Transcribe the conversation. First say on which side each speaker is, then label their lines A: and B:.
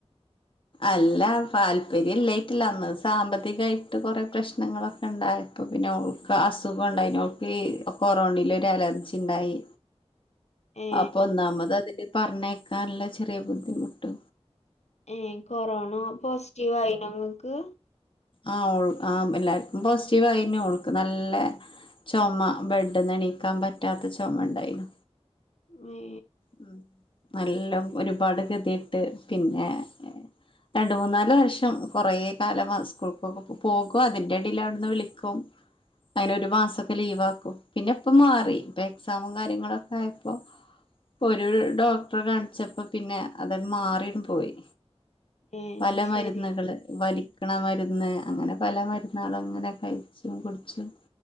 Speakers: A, on the left; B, on the left.
A: അല്ല താല്പര്യം ഇല്ലായിട്ടല്ല അന്ന് സാമ്പത്തികായിട്ട് കൊറേ പ്രശ്നങ്ങളൊക്കെ ഉണ്ടായി അപ്പൊ പിന്നെ അവൾക്ക് അസുഖം ഉണ്ടായിനു അവൾക് ഈ കൊറോണയിലൊരു അലർജി ഉണ്ടായി
B: ഏ
A: അപ്പൊ ഒന്നാമത് അതില് പറഞ്ഞേക്കാനുള്ള ചെറിയ ബുദ്ധിമുട്ട്
B: ഏഹ് കൊറോണ പോസിറ്റീവ് ആയിനോ നിങ്ങൾക്ക്
A: ആഹ് ആഹ് എല്ലാർക്കും പോസിറ്റീവയ്നു ഓൾക്ക് നല്ല ചൊമ ബെഡ്ന്ന് എണീക്കാൻ പറ്റാത്ത ചൊമണ്ടായിന്
B: മേ
A: ഉം നല്ലം ഒരുപാട് ഗതി കെട്ട് പിന്നെ രണ്ട് മൂന്നാല് വർഷം കൊറേ കാലം സ്കൂൾക്കൊക്കെ പോകും അതിന്റെടിൽ അവിടുന്ന് വിളിക്കും അങ്ങനെ ഒരു മാസൊക്കെ ലീവ് ആക്കും പിന്നെ ഇപ്പ മാറി ഇപ്പൊ എക്സാമും കാര്യങ്ങളൊക്കെ ആയപ്പോ ഒരു ഡോക്ടറെ കാണിച്ചപ്പോ പിന്നെ അത മാറിൺപോയി
B: ഏ
A: പല
B: ശരി
A: മരുന്നുകള് വലി ക്കണ മരുന്ന് അങ്ങനെ പല മരുന്നുകളും ഇങ്ങനെ കഴിച്ചും കുടിച്ചും